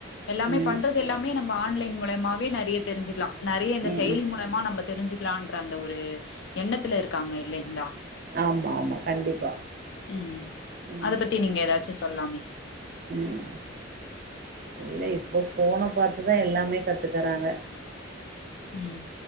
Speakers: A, on the left (about 65°); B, on the right (about 50°).
A: எல்லாமே
B: ம்
A: பண்றது எல்லாமே நம் இப்ப ஆன்லைன் மூலயமாவே நறைய தெரிஞ்சுக்குலா நறைய இந்த
B: ம்
A: செயலி
B: ம்
A: மூலயமா நம்ப தெரிஞ்சுக் க்லான்ற அந்த ஒரு எண்ணத்துல இருக்காங்க இல்லைங்களா
B: ஆமா ஆமா கண்டிப்பா
A: ம்
B: ம்
A: அத பத்தி நீங்க ஏதாச்சு சொல்லாமே
B: ம் இல்ல இப்போ ஃபோன பாத்துதா எல்லாமே கத்து தராங்க
A: ம்